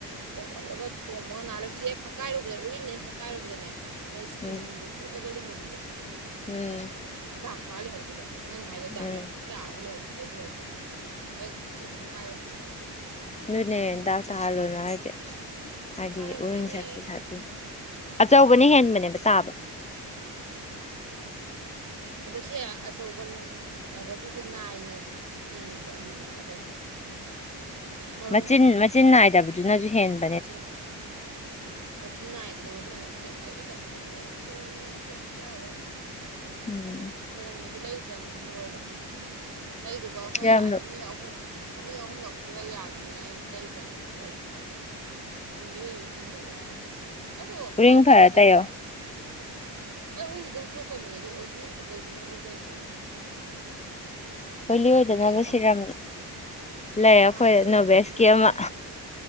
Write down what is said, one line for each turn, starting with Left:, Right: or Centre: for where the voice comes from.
Right: ꯑꯣꯝꯈꯠꯂꯒꯣ ꯃꯨꯣ ꯅꯅꯥꯜꯂꯨ ꯁꯤꯁꯦ ꯐꯛꯀꯥꯏꯔꯨꯕꯗ ꯎꯔꯤꯅꯤꯅ ꯐꯛꯀꯥꯏꯔꯨꯕꯗꯅꯦ ꯃꯥꯏ ꯏꯁꯀꯤꯟꯁꯦ
Left: ꯎꯝ
Right: ꯀꯣꯠꯂꯒ ꯂꯩꯍꯧꯕꯤꯗꯣ
Left: ꯎꯝ
Right: ꯗꯥꯛ ꯇꯥ ꯂꯩꯍꯧꯗꯦꯕ ꯅꯪꯅ ꯍꯥꯏꯗꯣ ꯗꯥꯛ
Left: ꯎꯝ
Right: ꯌꯥꯝ ꯊꯤ ꯇꯥꯔꯒꯍꯧꯗꯍ ꯑꯗꯨꯒ ꯑꯦꯛ ꯁꯤ ꯐꯀꯥꯏꯔꯣꯝꯗ
Left: ꯅꯅꯦꯟ ꯇꯥ ꯇ ꯍꯥꯜꯣꯅ ꯍꯥꯏꯥꯏꯗꯦ ꯍꯗꯤ
Right: ꯐꯔꯛꯅꯦꯃꯦ
Left: ꯎꯔꯟ ꯁꯥꯇ ꯁꯥꯇ ꯑꯆꯧꯕꯅ ꯍꯦꯟꯕꯅꯦꯕ ꯇꯥꯕ
Right: ꯑꯗꯣ ꯁꯤ ꯑꯆꯧꯕ ꯂꯥꯏꯕꯛꯀꯤꯁꯦ ꯅꯥꯏꯅꯦꯕ ꯊꯦꯡꯕꯗ ꯑꯅꯤꯃꯛ ꯑꯗꯣ ꯍꯥꯏꯗꯤ ꯃꯔꯣꯡ
Left: ꯃꯆꯤꯟ
Right: ꯊꯣꯛꯇꯦ
Left: ꯃꯆꯤꯟ
Right: ꯍꯥꯏꯕ
Left: ꯅꯥꯏꯗꯕꯗꯨꯅꯁꯨ ꯍꯦꯟꯅ
Right: ꯃꯆꯤꯟ ꯃꯆꯤꯟ ꯅꯥꯏꯗꯗ ꯃꯗꯨꯅꯥꯗ ꯀꯩꯝ ꯄꯥꯏꯕꯤꯗꯅꯦ ꯂꯩ ꯊꯣꯛꯅꯤꯡꯉꯥꯏꯗꯤ ꯊꯣꯛꯆꯔꯔꯣꯏ
Left: ꯎꯝ
Right: ꯁꯦꯔꯪꯒꯁꯨ ꯂꯩ ꯈ꯭ꯔꯝꯅꯤ ꯂꯣꯏꯔꯕꯔꯕꯅꯤ ꯇꯩꯗꯨꯕ ꯑꯩꯈꯣꯏ
Left: ꯁꯤꯔꯝꯗꯣ
Right: ꯑꯅꯤ ꯑꯍꯨꯝ ꯑꯅꯤ ꯑꯍꯨꯝꯂꯛꯇꯨꯗ ꯌꯥꯈꯤꯅꯤ ꯑꯩꯅ ꯇꯩꯇ꯭ꯔꯕꯅꯦꯗꯤ ꯑꯣꯏꯂꯤꯑꯣꯕ ꯍꯦꯒꯜ ꯌꯥꯗ ꯑꯗꯣ ꯑꯣꯏꯂꯤ
Left: ꯎꯔꯤꯡ ꯐꯔ
Right: ꯑꯣꯏꯗꯅꯕ
Left: ꯇꯩꯌꯣ
Right: ꯑꯗ ꯑꯣꯏꯗꯤ ꯑꯗꯨꯝ ꯊꯣꯛꯀꯅꯤ ꯑꯗꯣ ꯑꯣꯏꯂꯤ ꯑꯣꯏꯗꯅꯕ ꯂꯩꯇ꯭ꯔꯣ ꯁꯤꯅ
Left: ꯒꯨꯂꯤ ꯑꯣꯏꯗꯅꯕ
Right: ꯁꯤꯊꯝ
Left: ꯁꯤꯔꯝ
Right: ꯏꯪꯊꯝꯊꯥ
Left: ꯂꯩꯔ ꯑꯩꯈꯣꯏ
Right: ꯇꯩꯕꯗ
Left: ꯅꯣꯚꯦꯁꯀꯤ
Right: ꯅꯨꯡꯗꯤ
Left: ꯑꯃ
Right: ꯅꯨꯡꯉꯥꯏ